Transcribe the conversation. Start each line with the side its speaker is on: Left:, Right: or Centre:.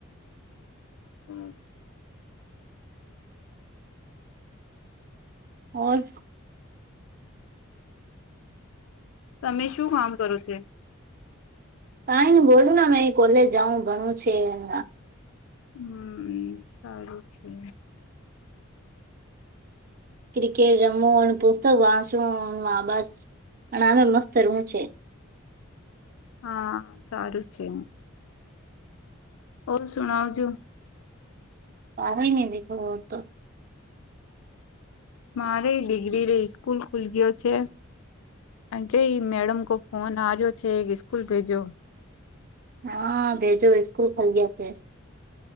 Left: હમ.
Right: હોર.
Left: તમે શું કામ કરો છો.
Right: કઈને બોલું ને મે કોલેજ જાઉં ભણું છે એમ
Left: હમ સારું છે.
Right: ક્રિકેટ રમો પુસ્તક વાંચો આભાસ પણ આમે મસ્ત રુંમ છે.
Left: હા સારું છે. ઓમ શુણઉ છું
Right: પાર નને દેખો તો.
Left: મારે ડિગ્રી ર સ્સ્કૂલ ખુલ ગયો છે. કઈ મેડમ કો ફોન હર્યો છે સ્કૂલ ભેજો.
Right: હા ભેજો સ્કૂલ ખલ ગયા છે.